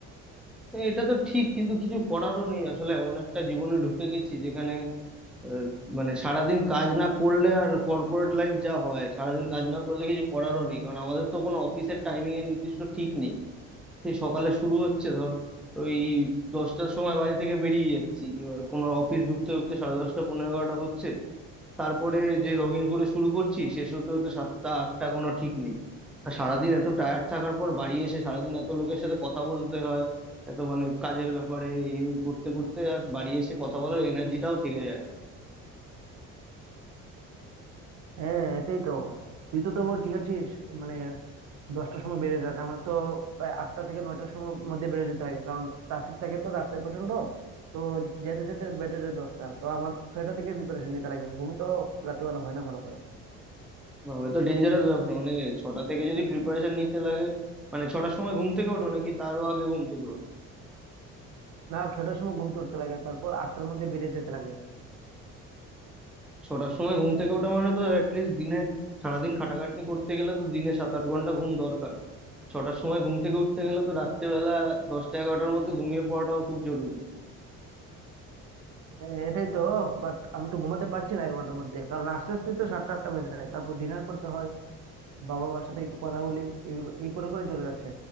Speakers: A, in the centre; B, on the right.
A: হ্যাঁ, এটা তো ঠিক কিন্তু কিছু করারও নেই আসলে এমন একটা জীবনে ঢুকে গেছি যেখানে আহ, মানে সারাদিন কাজ না করলে আর কর্পোরেট লাইফ যা হয় সারাদিন কাজ না করলে কিছু করারও নেই কারণ আমাদের তো কোনো অফিসের টাইমিং এর নির্দিষ্ট ঠিক নেই সেই সকালে শুরু হচ্ছে ধর ওই দশটার সময় বাড়ি থেকে বেরিয়ে যাচ্ছি এবার কোনো অফিস ঢুকতে ঢুকতে সাড়ে দশটা পনেরো এগারোটা হচ্ছে তারপরে যে লগ ইন করে শুরু করছি শেষ হতে হতে সাতটা আটটা কোনো ঠিক নেই আর সারাদিন এত টায়ার্ড থাকার পর বাড়ি এসে সারাদিন এত লোকের সাথে কথা বলতে হয় এত মানে কাজের ব্যাপারে এই ওই করতে করতে আর বাড়ি এসে কথা বলার এনার্জিটাও থেকে যায় না
B: হ্যাঁ এটাই তো তুই তো তবু ঠিক আছিস মানে দশটার সময় বেরিয়ে যাস আমার তো প্রায় আটটা থেকে নয়টার সময় মধ্যে বেরিয়ে যেতে লাগে কারণ ট্রাফিক থাকে তো রাস্তায় প্রচন্ড তো যেতে যেতে বেজে যায় দশটা তো আমার ছয়টা থেকে প্রিপারেশন নিতে লাগে ঘুম তো রাতেবেলা হয় না ভালো করে
A: বাবা এ তো ডেঞ্জারাস ব্যাপার মানে ছটা থেকে যদি প্রিপারেশন নিতে লাগে মানে ছটার সময় ঘুম থেকে ওঠো নাকি তারও আগে ঘুম থেকে ওঠো
B: না ছয়টার সময় ঘুম তুলতে লাগে তারপর আটটার মধ্যে বেরিয়ে যেতে লাগে
A: ছটার সময় ঘুম থেকে ওঠা মানে তো অ্যাটলিস্ট দিনে সারাদিন খাটাখাটনি করতে গেলে তো দিনে সাত আট ঘন্টা ঘুম দরকার ছটার সময় ঘুম থেকে উঠতে গেলে তো রাত্রেবেলা দশটা এগারোটার মধ্যে ঘুমিয়ে পড়াটাও খুব জরুরি
B: হ্যাঁ এটাই তো বাট আমি তো ঘুমাতে পারছি না এগারোটার মধ্যে কারণ আস্তে আস্তে তো সাতটা আটটা বেজে যায় তারপর ডিনার করতে হয় বাবা মার সাথে একটু কথা বলি এই এই করে করে চলে যাচ্ছে